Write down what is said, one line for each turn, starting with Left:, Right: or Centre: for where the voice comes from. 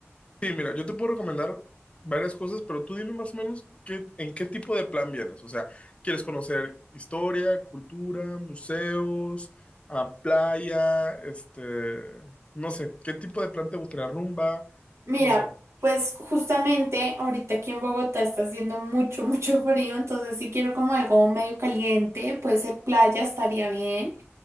Left: Sí, mira, yo te puedo recomendar varias cosas, pero tú dime más o menos qué, en qué tipo de plan vienes. O sea, ¿quieres conocer historia, cultura, museos, ah, playa, este, no sé, qué tipo de plan te gustaría, rumba,
Right: Mira,
Left: no sé.
Right: pues justamente ahorita aquí en Bogotá está haciendo mucho, <laughs> mucho frío, entonces si quiero como algo medio caliente, puede ser playa, estaría bien.